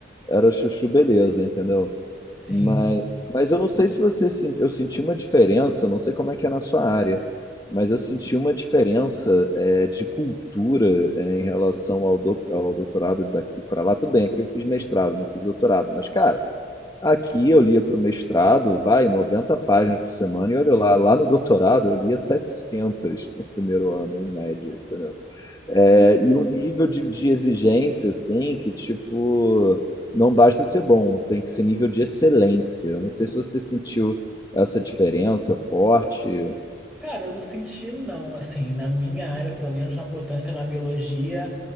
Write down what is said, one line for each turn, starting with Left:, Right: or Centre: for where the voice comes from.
Left: era chuchu beleza, entendeu?
Centre: sim.
Left: Mas, mas eu não sei se você senti, eu senti uma diferença, não sei como é que é na sua área, mas eu senti uma diferença é, de cultura é, em relação ao, do, ao doutorado daqui para lá. Tudo bem, aqui eu fiz mestrado, não fiz doutorado, mas cara, aqui eu lia para o mestrado, vai 90 páginas por semana e olha lá, lá no doutorado eu lia 700 no primeiro ano, em média, entendeu? É,
Centre: Hum,
Left: e um nível de, de exigência, assim, que, tipo, não basta ser bom, tem que ser nível de excelência. Eu não sei se você sentiu essa diferença forte.
Centre: Cara, eu não senti não, assim, na minha área, pelo menos na botânica, na biologia.